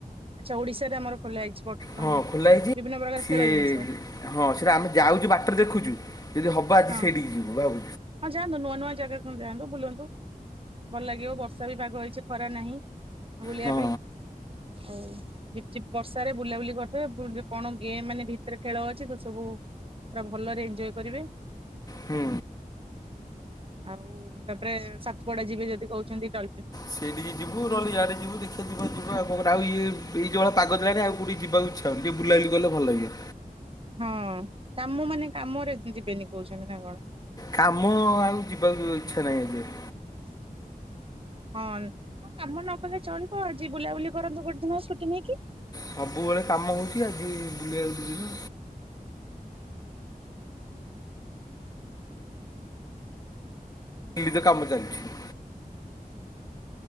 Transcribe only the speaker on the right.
ଆଚ୍ଛା ଓଡିଶାରେ ଆମର ଖୋଲା ହେଇଛି ବର୍ତ୍ତମାନେ
ବିଭିନ୍ନ ପ୍ରକାର
ଖେଳ ଜିନିଷ।
ହଁ
ହଁ ଯାଆନ୍ତୁ ନୂଆ ନୂଆ ଜାଗାକୁ ଯାଆନ୍ତୁ ବୁଲନ୍ତୁ ଭଲ ଲାଗିବ ବର୍ଷା ବି ପାଗ ହେଇଚି ଖରା ନାହିଁ। ବୁଲିବା
ପାଇଁ ଆଉ ଝିପିଝିପ୍ ବର୍ଷାରେ ବୁଲାବୁଲି କରିଥିବେ ପୁଣି କଣ ଗେମ୍ ମାନେ ଭିତରେ ଖେଳ ଅଛି ତ ସବୁ ପୁରା ଭଲରେ ଏଞ୍ଜୟ କରିବେ।
ଆଉ ତାପରେ ସାତପଡା ଯିବେ ଯଦି କହୁଛନ୍ତି ଡ଼
ହଁ କାମ ମାନେ କାମରେ ଯିବେନି କହୁଛନ୍ତି ନା କଣ।
<inaudible> ହଁ ହଁ କାମ ନ କଲେ ଚଳିବ ଆଜି ବୁଲାବୁଲି କରନ୍ତୁ ଗୋଟେ ଦିନ ସୁୁଟିଙ୍ଗି ନେଇକି।